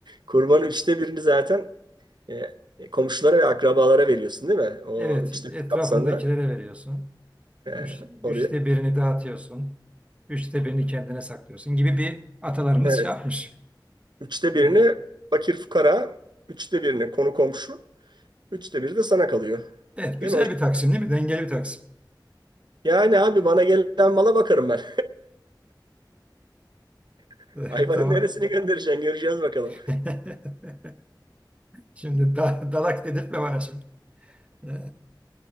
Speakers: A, on the right; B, on the right.
A: kurbanın üçte birini zaten eee, komşulara ve akrabalara veriyorsun değil mi? O
B: Evet,
A: üçte
B: etrafındakilere
A: bir kapsamda.
B: veriyorsun.
A: Ee,
B: Üç,
A: oraya.
B: üçte birini dağıtıyorsun. Üçte birini kendine saklıyorsun gibi bir atalarımız
A: Evet.
B: şey yapmış.
A: Üçte
B: Ee,
A: birini fakir fukara, üçte birini konu komşu, üçte biri de sana kalıyor.
B: evet, güzel
A: Değil mi? O-
B: bir taksim değil mi? Dengeli bir taksim.
A: Yani abi bana gelen mala bakarım ben. <laughs>
B: <laughs>
A: Hayvanın
B: Tamam.
A: neresini göndereceksin göreceğiz bakalım.
B: <laughs>
A: <laughs>
B: Şimdi da- dalak dedirtme bana şimdi. Ee,